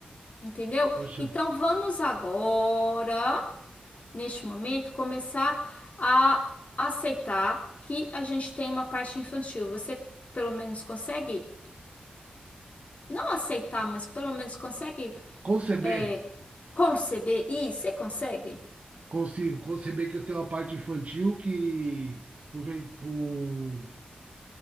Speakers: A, on the left (about 50°); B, on the right (about 50°).
A: entendeu?
B: Poxa,
A: Então vamos agora, neste momento, começar a aceitar que a gente tem uma parte infantil. Você pelo menos consegue não aceitar, mas pelo menos consegue
B: conceber.
A: é, conceber isso? Você consegue?
B: Consigo conceber que eu tenho uma parte infantil que, por, ve- por,